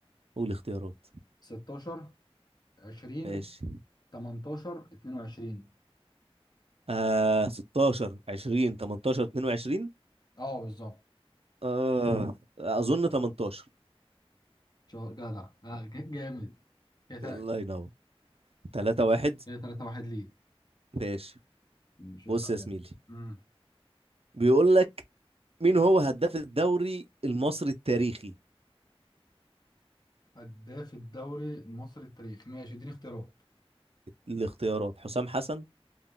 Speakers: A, on the right; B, on the left.
A: قول اختيارات
B: 16 20
A: ماشي
B: 18 22
A: آه 16 20 18 22
B: اه بالظبط
A: آه اظن 18
B: شو- جدع آه، ج- جامد كده
A: الله ينور 3 1
B: كده 3 1 ليك
A: ماشي
B: ماشي
A: بص
B: اسأل
A: يا زميلي
B: يلا امم
A: بيقول لك مين هو هداف الدوري المصري التاريخي
B: هداف الدوري المصري التاريخي ماشي اديني اختيارات
A: الاختيارات حسام حسن